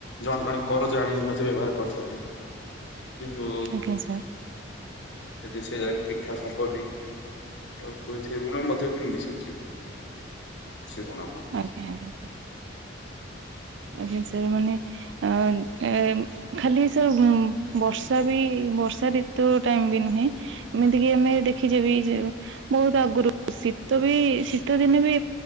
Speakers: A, on the left; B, on the right.
A: ଜଣେ ଜଣେ କରଜ ଆଣିକି ମଧ୍ୟ ବ୍ୟବହାର କରିଥାନ୍ତି। କିନ୍ତୁ
B: ଆଜ୍ଞା ସାର୍
A: ଯଦି ସେ ଜାଗାରେ ଠିକ ଠା ହବନି ତ ସେ ଋଣ ମଧ୍ୟ କେମିତି ସୁଝିବେ? ଶିରୋଣାନାମ <inaudible>
B: ଆଜ୍ଞା ଆଜ୍ଞା ସାର୍। ଆଜ୍ଞା ସାର଼ମାନେ ଅ ଏ ଖାଲି ସା ବର୍ଷା ବି ବର୍ଷା ଋତୁ ଟାଇମ୍ ବି ନୁହେଁ ଏମିତିକି ଆମେ ଦେଖିଚେ ବି ଯେ ବହୁତ ଆଗରୁ ଶୀତ ବି ଶୀତ ଦିନେ ବି